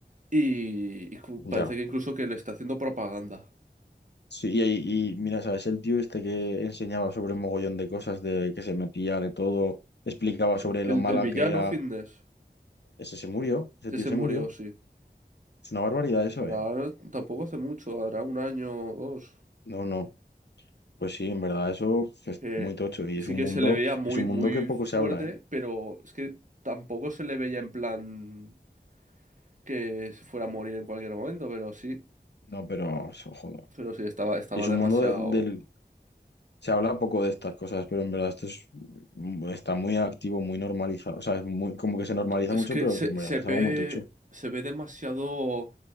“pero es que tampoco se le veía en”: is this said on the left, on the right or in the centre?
Right